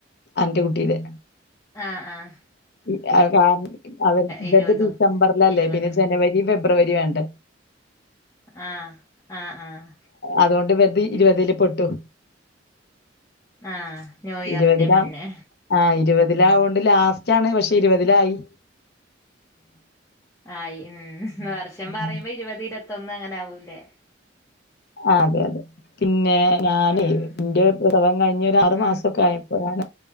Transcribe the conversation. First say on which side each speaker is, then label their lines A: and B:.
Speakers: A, on the left; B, on the left.
A: അന്റെ കുട്ടിയുടെ
B: ആഹ് ആഹ്
A: <unintelligible> അവർ ഇവര്ത്
B: ഇരുപതും
A: ഡിസംബറിലല്ലേ
B: ഇരുപത്
A: പിന്നെ ജനുവരി ഫെബ്രുവരിയും വേണ്ട
B: ആഹ് ആഹ് ആഹ്
A: അതുകൊണ്ട് ഇവരുത് ഇരുപതില് പെട്ടു
B: ആഹ് ന്യൂ ഇയറിന്റെ
A: ഇരുപതിലാ
B: മുന്നേ
A: ആഹ് ഇരുപതില ആകേണ്ട് ലാസ്റ്റ് ആണ് പക്ഷെ ഇരുപതിലായി
B: ആയി ഉം വർഷം
A: ഉം
B: പറയുമ്പോ ഇരുപത് ഇരുപത്തൊന്ന് അങ്ങനെ ആവൂല്ലേ
A: ആ അതെ അതെ പിന്നെ ഞാന്
B: ഉം
A: ഇന്റെ പ്രസവം കഴിഞ്ഞ ഒരു ആറു
B: ഉം
A: മാസമൊക്കെ ആയ അപ്പോഴാണ്